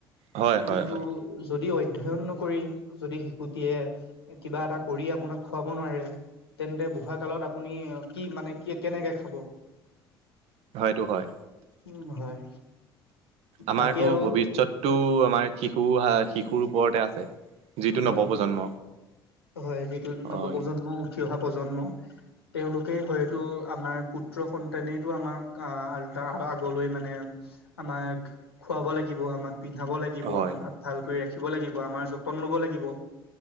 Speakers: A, on the right (about 55°); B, on the left (about 80°).
A: হয়
B: কিন্তু
A: হয় হয়
B: যদি অধ্যয় অধ্যয়ন নকৰি যদি শিশুটিয়ে কিবা এটা কৰি আপোনাক খুৱাব নোৱাৰে তেন্তে বুঢ়া কালত আপুনি কি মানে কি কেনেকে খাব
A: হয়টো হয়
B: উম হয়
A: আমাৰতো
B: বাকী আৰু
A: ভৱিষ্যতটো আমাৰ শিশু শিশুৰ ওপৰতে আছে যিটো
B: হয়
A: নৱপ্ৰজন্ম
B: হয় যিটো
A: হয়
B: নৱপ্ৰজন্ম উঠি অহা প্ৰজন্ম তেওঁলোকেই হয়তো আমাৰ পুত্ৰ সন্তানেইতো আমাক আলা আগলৈ মানে আমাক খুৱাব লাগিব আমাক পিন্ধাব লাগিব
A: হয়
B: আমাক ভাল কৰি ৰাখিব লাগিব আমাৰ যতন লব লাগিব